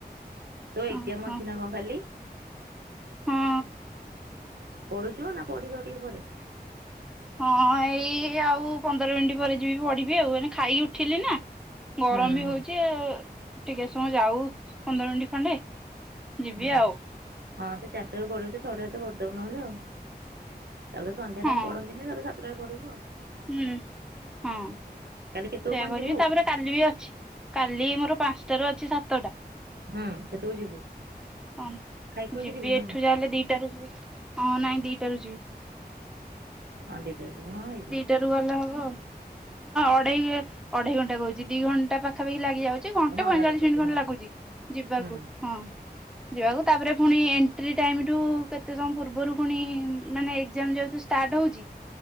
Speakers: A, on the right; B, in the centre.
A: ତୋ ଏକ୍ଜାମ୍
B: ଓହୋ
A: ଅଛି ନା କଣ କାଲି?
B: ହଁ
A: ପଢୁଚୁ ନା ପଢିବୁ ଆଉ ଟିକେ ପରେ?
B: ହଁ ଏଇ ଆଉ ପନ୍ଦର ମିନିଟ୍ ପରେ ଯିବି ପଢ଼ିବି ଆଉ ଏଇନା ଖାଇକି ଉଠିଲି ନା। ଗରମ୍
A: ହୁଁ
B: ବି
A: ହୁଁ
B: ହଉଚି ଆଉ ଟିକେ ସମୟ ଯାଉ ପନ୍ଦର ମିନିଟ୍ ଖଣ୍ଡେ। ଯିବି
A: ହୁଁ।
B: ଆଉ।
A: ହଁ ସେ ଚାଟା <unintelligible> ପଢ଼ିଦବୁ ନହେଲେ ଆଉ। ତାପରେ ସନ୍ଧ୍ୟା
B: ହଁ
A: ଟାଇମ୍ ପଢନ୍ତିନି ତାପରେ ସାତଟାରେ ପଢିବୁ ଆଉ।
B: ହୁଁ ହଁ ସେୟା
A: କାଲି କେତେବେଳକୁ କଣ
B: କରିବି
A: ଯିବୁ?
B: ତାପରେ କାଲି ବି ଅଛି କାଲି ମୋର ପାଷ୍ଟାଟାରୁ ଅଛି ସାତଟା।
A: ହଁ କେତେବେଳେ ଯିବୁ?
B: ହ
A: ଖାଇ ଖୁଆକି
B: ଯିବି
A: ଯିବୁ ନା
B: ଏଠୁ
A: କଣ?
B: ଯାହାଲେ ଦିଟାରୁ ଯିବି ହଁ ନାଇଁ ଦିଟାରୁ ଯିବି।
A: ହଁ ଦିଟା ହେଇଯିବ ହଁ ହେଇଯିବ।
B: <unintelligible> ଗଲେ ହବ ନାଁ ଅଢେଇ ଅଢେଇ ଘଣ୍ଟା କଉଚି ଦି ଘଣ୍ଟା ପାଖାପାଖୀ ଲାଗି ଯାଉଚି ଘଣ୍ଟେ
A: ହଁ
B: ପଇଁଚାଳିଶି
A: ଲାଗୁଛି
B: ମିନିଟ୍ ଖଣ୍ଡେ
A: ହଁ
B: ଲାଗୁଚି। ଯିବାକୁ
A: ହୁଁ
B: ହଁ ଯିବାକୁ ତାପରେ ପୁଣି ଏଣ୍ଟ୍ରି ଟାଇମ୍ ଠୁ କେତେ ସମୟ ପୂର୍ବରୁ ପୁଣି ମାନେ ଏକ୍ଜାମ୍ ଯେହତୁ ଷ୍ଟାର୍ଟ ହଉଚି